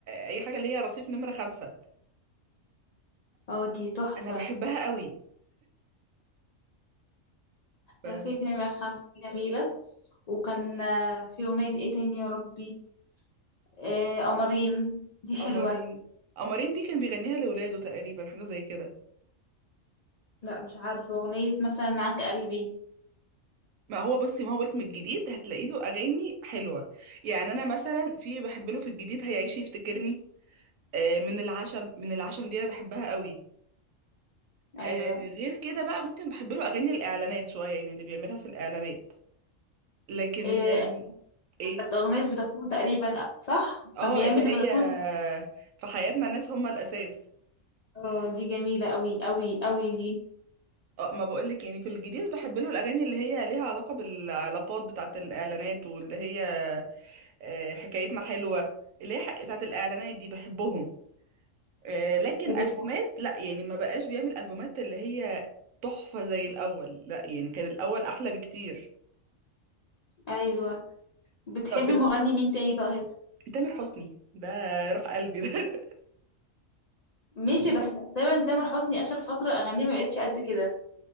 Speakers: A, on the right; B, on the left.
A: أي حاجة اللي هي رصيف نمرة خمسة
B: اه دي تحفة
A: أنا بحبها قوي ب-
B: رصيف نمرة خمسة دي جميلة وكان آه، في اغنية ايه تاني يا ربي آه، قمرين دي حلوة
A: قمرين قمرين دي كان بيغنيها لولاده تقريبا حاجة زي كده
B: لا مش عارفة اغنية مثلا معاك قلبي
A: ما هو بصي ما هو بقولك من الجديد هتلاقي له أغاني حلوة يعني أنا مثلا في بحب له في الجديد هيعيش يفتكرني آه، من العشم من العشم دي أنا بحبها قوي
B: ايوه
A: آه، غير كده بقى ممكن بحب له أغاني الإعلانات شوية يعني اللي بيعملها في الإعلانات لكن
B: آه،
A: آم، إيه
B: كانت أغنية فودافون تقريبا صح
A: اه
B: كان بيعمل
A: اللي
B: لفودافون
A: هي في حياتنا ناس هم الاساس
B: اه دي جميلة أوي أوي أوي دي
A: اه ما بقولك يعني في الجديد بحب له الاغاني اللي هي ليها علاقه بالعلاقات بتاعه الاعلانات واللي هي آه، حكايتنا حلوه اللي هي حق- بتاعه الاعلانات دي بحبهم آه، لكن
B: وبت...
A: البومات لا يعني ما بقاش بيعمل البومات اللي هي تحفه زي الاول لا يعني كان الاول احلى بكتير
B: أيوة بتحبي
A: طب بت-
B: مغني مين تاني طيب
A: تامر حسني ده روح قلبي ده <laughs>
B: ماشي بس تقريبا تامر حسني آخر فترة أغانيه ما بقتش قد كده